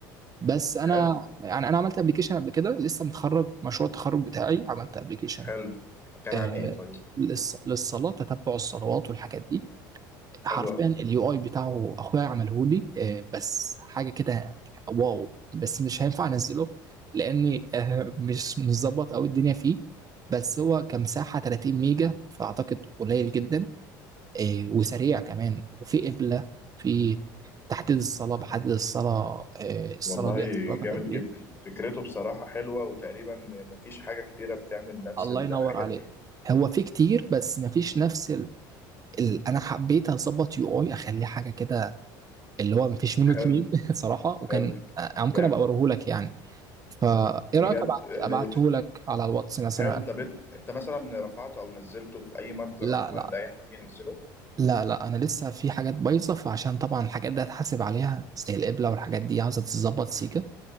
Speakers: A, on the right (about 35°); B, on the left (about 20°).
A: بس انا
B: حلو
A: يعني انا عملت ابلكيشن قبل كده لسه متخرج مشروع التخرج بتاعي عملت ابلكيشن
B: حلو كان
A: آه،
B: عن ايه طيب
A: للص- للصلاه تتبع الصلوات والحاجات دي حرفيا
B: حلو قوي
A: اليو اي بتاعه اخويا عمله لي آه، بس حاجه كده واو بس مش هينفع انزله لاني آه، مش مظبط قوي الدنيا فيه بس هو كمساحه 30 ميجا فاعتقد قليل جدا آه، وسريع كمان وفي قبله في تحديد الصلاه بحدد الصلاه آه، الصلاه
B: والله
A: دي صلاتها
B: جامد
A: قد
B: جدا
A: ايه
B: فكرته بصراحة حلوة وتقريبا مفيش حاجة كتيرة بتعمل نفس
A: الله
B: الحاجات
A: ينور عليك
B: دي
A: هو في كتير بس مفيش نفس ال- انا حبيت اظبط يو اي اخليه حاجه كده اللي هو مفيش منه
B: حلو
A: اتنين <laughs> صراحه وكان
B: حلو
A: آه، ممكن
B: جامد
A: ابقى اوريه لك يعني فايه
B: بجد
A: رايك ابعت
B: آه،
A: ابعته لك على الواتس مثلا
B: حلو طب انت انت مثلا رفعته او نزلته في اي متجر
A: لا
B: عموما
A: لا
B: لاي حد ينزله
A: لا لا انا لسه في حاجات بايظه فعشان طبعا الحاجات دي هتحاسب عليها زي القبله والحاجات دي عاوزه تتظبط سيكه